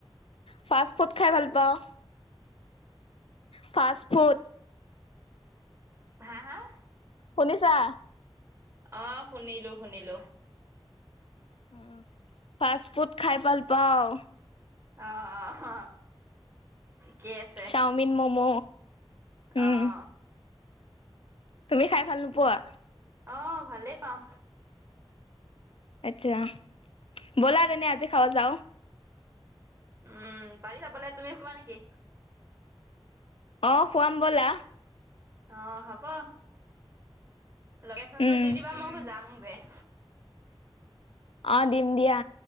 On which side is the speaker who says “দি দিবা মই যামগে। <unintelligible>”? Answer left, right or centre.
Right